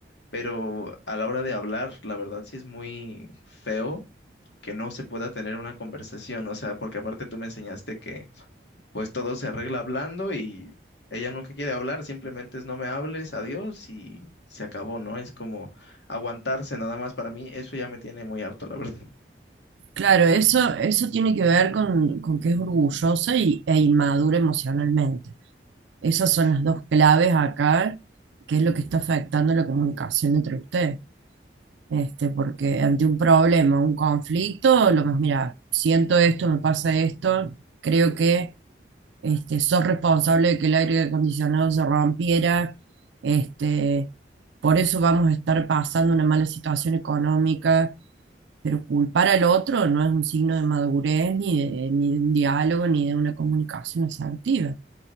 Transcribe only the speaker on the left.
pero a la hora de hablar, la verdad sí es muy feo que no se pueda tener una conversación, o sea, porque aparte tú me enseñaste que pues todo se arregla hablando y ella nunca quiere hablar, simplemente es no me hables, adiós y se acabó, ¿no? Es como aguantarse nada más para mí, eso ya me tiene muy harto, la verdad.